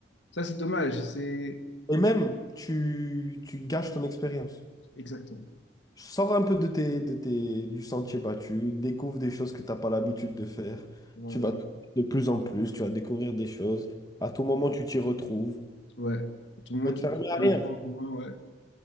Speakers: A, on the left; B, on the left.
A: ça, c'est dommage. C'est
B: Et même, tu, tu gâches ton expérience.
A: exactement.
B: Sors un peu de tes, de tes, du sentier battu, découvre des choses que tu n'as pas l'habitude de faire.
A: Voilà.
B: Tu vas de plus en plus, tu vas découvrir des choses. À tout moment, tu t'y retrouves. Tu
A: Ouais. À tout le monde,
B: vas te
A: tu
B: fermer
A: tu vois
B: à rien.
A: les points communs, ouais.